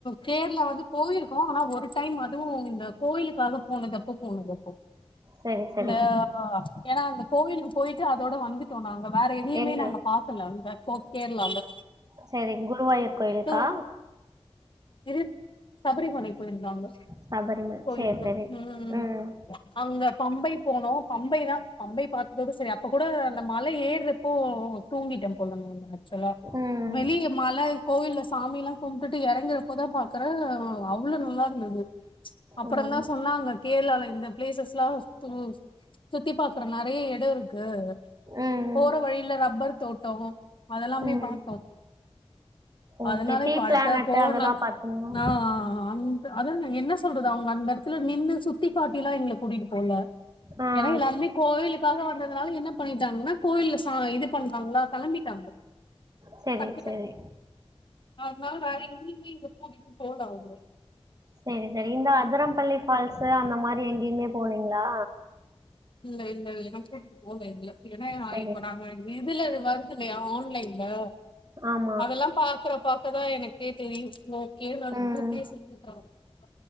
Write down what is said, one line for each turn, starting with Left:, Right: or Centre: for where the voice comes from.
Left: கேரளா வந்து போயிருக்கோ ஆனா ஒரு டைம் அதுவு இந்த கோயிலுக்காக போனதப்போ போனதப்போ
Right: சரி, சரி.
Left: அ ஏன்னா அந்த கோயிலுக்கு போயிட்டு அதோட வந்துட்டோ நாங்க வேற எதையுமே
Right: எங்க?
Left: நாங்க பாக்க ல அங்க போ கேரளால
Right: சரி குருவாயூர் கோயிலுக்கா
Left: டூ இது சபரிமலைக்கு போயிந்தாங்
Right: சபரிமல
Left: கோயிலுக்கு
Right: சேரி சேரி
Left: உம்
Right: ம்
Left: அங்க பம்பை போனோ பம்பை தா பம்பை பாத்ததோட சரி அப்ப கூட அந்த மலை ஏறப்போ தூங்கிட்ட போல நா ஆச்சுவலா
Right: ம்
Left: வெளிய மல கோவில்லல சாமி எல்லா கும்ட்டுட்டு இறங்கறப்போதா பா க்கற அவ்ளோ நல்லா இருந்தது அப்பறோ
Right: ம்
Left: தா சொன்னாங்க கேரளால இந்த ப்ளேசஸ் எல்லா உம் சுத்தி பாக்குற நெறைய எடோ இருக்கு
Right: ம்
Left: போற வழில ரப்பர் தோட்டோ அதெல்லாமே
Right: ம்
Left: பாத்தோ
Right: ஓகே
Left: அதனால
Right: டீ
Left: இப்ப அடுத்த
Right: பிளானட்டு
Left: போனா
Right: அதெல்லா பாத்தீங்கன்னா
Left: ஆ அந் அதா நா என்ன சொல்றது அவுங்க அந்த எடத்துல நின்னு சுத்தி காட்டிலா எங்கள கூட்டிட்டு போல
Right: ஆ
Left: எனக்கு எல்லாருமே கோவிலுக்காக வந்தது அதனால என்ன பண்ணிட்டாங்கன்னா கோவில்ல சா இது பண்ணுவாங்களா கிளம்பிட்டாங்க
Right: செரி
Left: டக்குனு
Right: செரி
Left: அதனால வேற எங்கையுமே இவுங்க கூட்டிட்டு போல அவுரு
Right: செரி செரி இந்த அதரம்பள்ளி ஃபால்ஸு அந்த மாரி எங்கேயுமே போலீங்ளா
Left: இல்ல இல்ல என்ன கூட்டிட்டு போக டைம் இல்ல ஏன்னா நா
Right: சரி
Left: இப்ப நாங்க <unintelligible> இதுல அது வருது இல்லையா ஆன்லைன்ல
Right: ஆம்
Left: அதெல்லாம் பாக்குற பாக்கதா எனக்கே தெரியு ஓகே நான்
Right: ம்
Left: குரூப்லே <unintelligible>